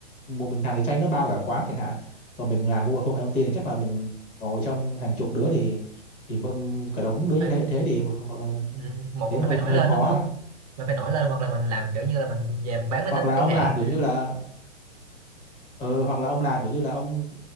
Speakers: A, on the left; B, on the right.
A: một mình thằng đi chay nó bao cả quán chẳng hạn còn mình làm công việc công nghệ thông tin thì chắc là mình ngồi trong hàng chục đứa thì thì mâm cả đống đứa như
B: Đấy.
A: thế thế thì họ-
B: Ừ, một
A: thế
B: là
A: nó
B: mình
A: hơi
B: phải nổi
A: hơi
B: lên
A: khó
B: đúng không
A: á.
B: mình phải nổi lên hoặc là mình làm kiểu như là mình về mình bán máy
A: hoặc
B: tính
A: là
B: chẳng
A: ông
B: hạn
A: làm kiểu như là ờ, hoặc là ông làm kiểu như là ông